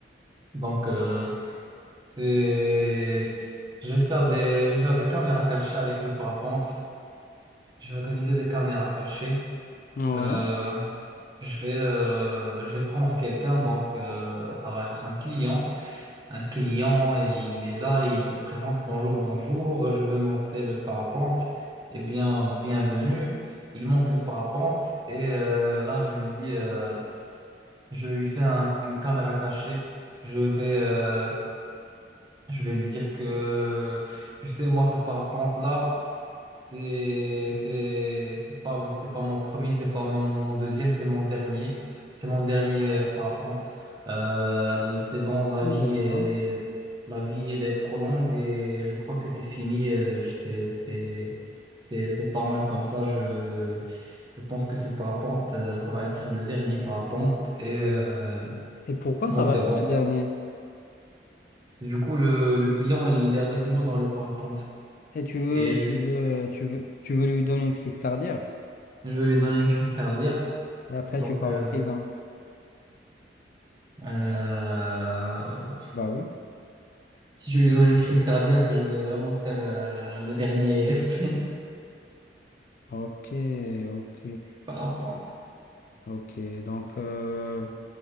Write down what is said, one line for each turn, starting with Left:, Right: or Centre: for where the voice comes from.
Right: Donc euh, c'est je vais faire des je vais faire des caméras cachées avec le parapente. J'ai organisé des caméras cachées.
Left: Ouais,
Right: Euh, je vais, euh, je vais prendre quelqu'un, donc euh, ça va être un client. Un client, et il est là, il se présente, bonjour, bonjour, je veux monter le parapente. Eh bien, bienvenue. Il monte le parapente et euh, là, je lui dis, euh, je lui fais un- une caméra cachée. Je vais euh, je vais lui dire que, tu sais, moi, ce parapente-là, c'est, c'est, c'est pas, c'est pas mon premier, c'est pas mon, mon deuxième, c'est mon dernier. C'est mon dernier euh, parapente. Euh, c'est bon, la
Left: d'accord.
Right: vie, elle est, la vie, elle est trop longue et je crois que c'est fini. Euh, je- C'est, c'est, c'est, c'est pas mal comme ça. Je, je pense que ce parapente, euh, ça va être le dernier parapente et euh,
Left: Et pourquoi
Right: moi,
Left: ça
Right: c'est
Left: va être
Right: bon.
Left: le dernier?
Right: Du coup, le, le client, il est avec moi dans le parapente
Left: Et tu veux,
Right: et
Left: tu
Right: je,
Left: veux, tu veux, tu veux lui donner une crise cardiaque.
Right: je vais lui donner une crise cardiaque.
Left: Et après,
Right: Donc,
Left: tu pars
Right: euh,
Left: en prison.
Right: euh,
Left: Bah oui.
Right: si je lui donne une crise cardiaque, je vais vraiment faire euh, le dernier <laughs>
Left: Ok, ok,
Right: parapente.
Left: ok. Donc, euh,